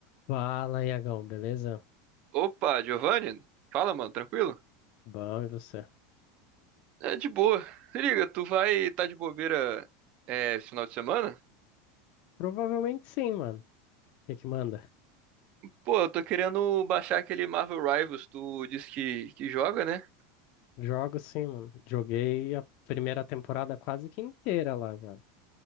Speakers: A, on the left; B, on the right.
A: Fala, Iagão, beleza?
B: Opa, Giovanni? Fala, mano, tranquilo?
A: Bom, e você?
B: É de boa. Se liga, tu vai tá de bobeira é, esse final de semana?
A: Provavelmente sim, mano. O que que manda?
B: Pô, eu tô querendo baixar aquele Marvel Rivals, tu disse que, que joga, né?
A: Jogo sim, mano. Joguei a primeira temporada quase que inteira lá já.